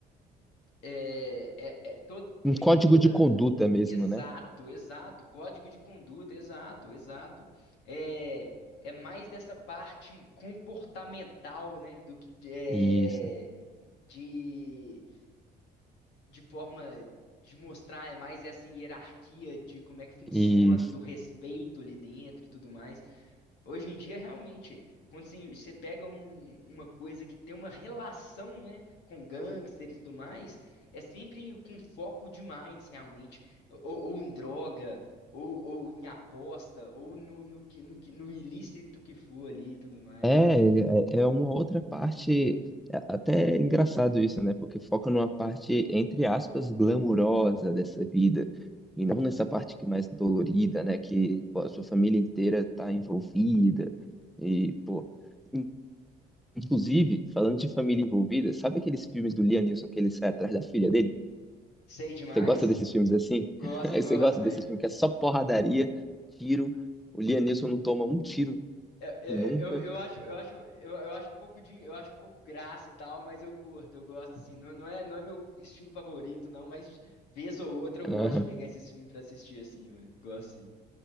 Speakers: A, on the left; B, in the centre.
A: É, é, é to-
B: Um
A: tem
B: código
A: toda.
B: de conduta mesmo,
A: Exato,
B: né?
A: exato. Código de conduta, exato, exato. É, é mais dessa parte comportamental, né? Do que é,
B: Isso.
A: de, de forma de mostrar, é mais essa hierarquia de como é que funciona,
B: E
A: do respeito ali dentro e tudo mais. Hoje em dia, realmente, quando você você pega um- uma coisa que tem uma relação, né, com gangsters e tudo mais, é sempre com foco demais, realmente, ou, ou em droga, ou, ou em aposta, ou no, no, que- no, que- no ilícito que for ali e tudo mais,
B: É,
A: né?
B: é é uma outra parte, é até engraçado isso, né? Porque foca numa parte, entre aspas, glamurosa dessa vida, e não nessa parte que é mais dolorida, né? Que pô, a sua família inteira tá envolvida, e, pô... in- Inclusive, falando de família envolvida, sabe aqueles filmes do Liam Neeson que ele sai atrás da filha dele?
A: Sei demais,
B: Você gosta desses filmes assim?
A: gosto,
B: <laughs> Você
A: gosto,
B: gosta desses
A: <laughs>
B: filmes que é só porradaria, tiro, o Liam Neeson não toma um tiro
A: É, é,
B: nunca.
A: é, Eu, eu, acho, eu acho, eu, eu acho um pouco de, eu acho um pouco graça e tal, mas eu curto, eu gosto assim. Não, não é, não é meu estilo favorito, não, mas vez ou outra eu
B: <laughs>
A: gosto de pegar esses filmes pra assistir assim, velho. Gosto sim.